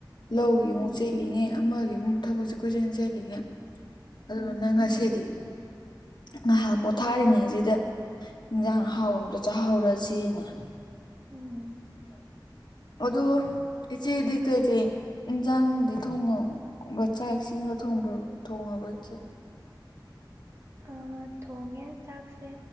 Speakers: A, on the left (about 65°); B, on the right (about 35°).
A: ꯂꯧꯒꯤ
B: ꯎꯝ
A: ꯑꯃꯨꯛ ꯆꯦꯜꯂꯤꯉꯦ ꯑꯃꯒꯤ ꯑꯃꯨꯛ ꯊꯕꯛꯁꯦ ꯀꯣꯏꯁꯤꯟ ꯆꯜꯂꯤꯉꯦ ꯑꯗꯨ
B: ꯎꯝ
A: ꯅꯪ ꯉꯁꯤꯗꯤ ꯉꯥꯏꯍꯥꯛ ꯄꯣꯊꯥꯔꯤꯉꯩꯁꯤꯗ ꯏꯟꯁꯥꯡ ꯑꯍꯥꯎ ꯑꯝꯇ ꯆꯥꯍꯧꯔꯁꯤꯅ
B: ꯎꯝ
A: ꯑꯣ ꯏꯆꯦꯗꯤ ꯀꯩꯀꯩ ꯏꯟꯁꯥꯡꯗꯤ ꯊꯣꯡꯉ ꯃꯕ ꯆꯥꯛ ꯏꯁꯤꯡꯒ ꯊꯣꯡꯕ ꯊꯣꯡꯉꯕ ꯏꯆꯦ
B: ꯑꯥ ꯊꯣꯡꯉꯦ ꯆꯥꯛꯁꯦ